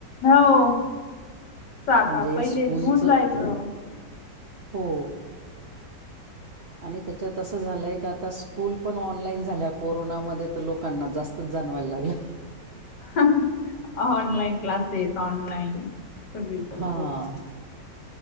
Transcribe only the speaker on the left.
हो आता
पहिले
होऊन जायचं
हह ऑनलाईन क्लास आहेत ऑनलाईन सगळीकडे
तेच